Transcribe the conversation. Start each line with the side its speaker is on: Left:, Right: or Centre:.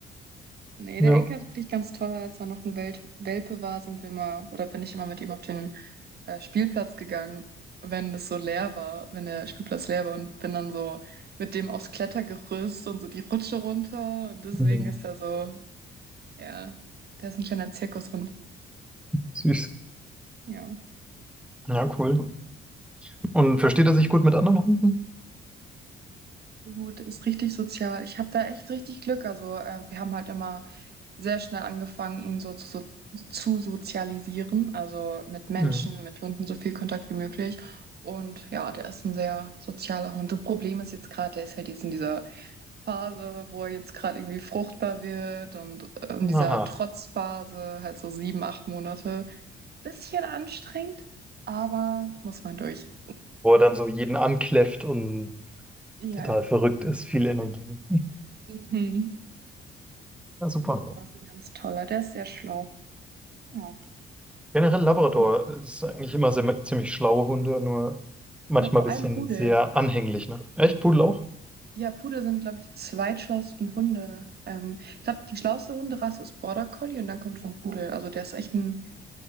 Right: Nee,
Centre: Ja.
Right: der Enker ist wirklich ganz toll. Als er noch ein Wel Welpe war, sind wir mal, oder bin ich immer mit ihm auf den äh, Spielplatz gegangen, wenn das so leer war, wenn der Spielplatz leer war und bin dann so mit dem aufs Klettergerüst und so die Rutsche runter. Und deswegen
Centre: Mhm.
Right: ist er so, ja, der ist ein kleiner Zirkushund.
Centre: Süß.
Right: Ja.
Centre: Ja, cool. Und versteht er sich gut mit anderen Hunden?
Right: Gut, ist richtig sozial. Ich habe da echt richtig Glück. Also ähm, wir haben halt immer sehr schnell angefangen, ihn so zu, so zu sozialisieren. Also mit Menschen,
Centre: Mhm.
Right: mit Hunden so viel Kontakt wie möglich. Und ja, der ist ein sehr sozialer Hund. Das Problem ist jetzt gerade, der ist halt jetzt in dieser Phase, wo er jetzt gerade irgendwie fruchtbar wird und äh, in dieser
Centre: Aha.
Right: Trotzphase, halt so sieben, acht Monate. Bisschen anstrengend, aber muss man durch.
Centre: Wo er dann so jeden ankläfft und
Right: Ja.
Centre: total verrückt ist, viel Energie.
Right: Mhm.
Centre: Ja, super.
Right: Das ist ein ganz toller, der ist sehr schlau. Ja.
Centre: Generell Labrador
Right: Und
Centre: ist eigentlich immer sehr, ziemlich schlaue Hunde, nur manchmal
Right: ja, vor
Centre: ein bisschen
Right: allem Pudel.
Centre: sehr anhänglich, ne? Echt, Pudel auch?
Right: Ja, Pudel sind, glaube ich, die zweitschlauesten Hunde. Ähm, ich glaube, die schlauste Hunderasse ist Border Collie und dann kommt schon Pudel. Also der ist echt ein